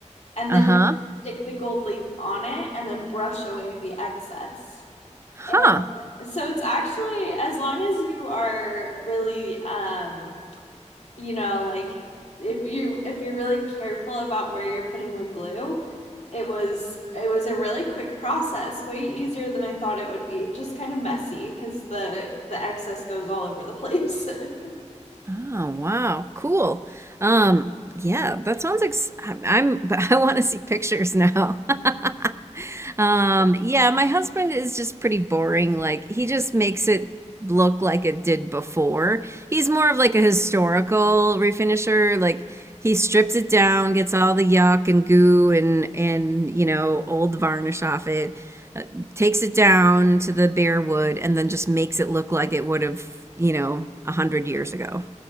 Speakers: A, on the left; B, on the right.
A: and
B: Uh-huh.
A: then you stick the gold leaf on it and then brush away the excess. And
B: Huh.
A: so it's actually as long as you are really um you know like if you if you're really careful about where you're putting the glue, it was it was a really quick process, way easier than I thought it would be. Just kind of messy because the the excess goes all over the place. <laughs>
B: Oh, wow. Cool. Um, yeah, that sounds like s- I'm, I'm <laughs> but I want to see pictures now. <laughs> Um, yeah, my husband is just pretty boring. Like he just makes it look like it did before. He's more of like a historical refinisher. Like he strips it down, gets all the yuck and goo and and you know, old varnish off it, uh, takes it down to the bare wood and then just makes it look like it would have, you know, a hundred years ago.